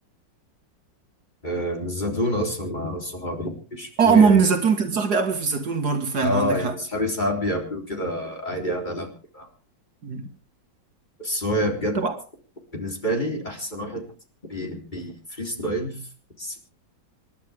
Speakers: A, on the left; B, on the right.
A: آه من الزيتون اصلا مع صحابي بيشوفوه
B: اه اه،
A: يعني
B: ما من الزيتون كان صاحبي قبله في الزيتون برضو فعلا
A: اه
B: عندك
A: يعني
B: حق
A: صحابي ساعات بيقابلوه كده عادي قاعد على القهوة كده.
B: مم.
A: بس هو بجد
B: طبعا
A: بالنسبة لي أحسن واحد بي بي فريستايل في الس-